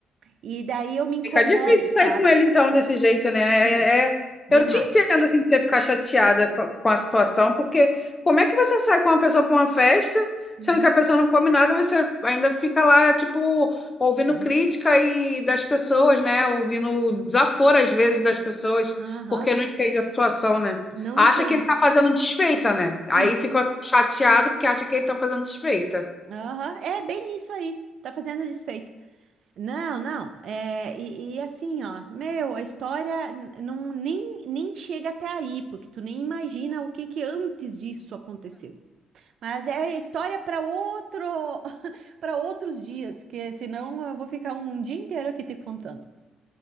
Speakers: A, on the right (about 65°); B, on the left (about 25°).
A: E daí eu me incomodo,
B: Fica difícil sair
A: sabe?
B: com ele, então, desse jeito, né? É,
A: Sim,
B: é- é,
A: demais.
B: Eu te entendo, assim, de você ficar chateada co- com a situação, porque como é que você sai com uma pessoa para uma festa,
A: Uhum,
B: sendo que a pessoa não come nada, você ainda fica lá, tipo, ouvindo
A: uhum,
B: crítica e das pessoas, né? Ouvindo desaforo, às vezes, das pessoas,
A: aham.
B: porque não entende a situação, né?
A: Não
B: Acha
A: entende.
B: que ele tá fazendo desfeita, né? Aí
A: Isso.
B: fica chateado porque acha que ele tá fazendo desfeita.
A: Aham, É bem isso aí. Tá fazendo desfeita. Não, não. É, e, e assim, ó, meu, a história n- não, nem, nem chega até aí, porque tu nem imagina o que que antes disso aconteceu. Mas é história para outro, <laughs> para outros dias, que senão eu vou ficar um um dia inteiro aqui te contando.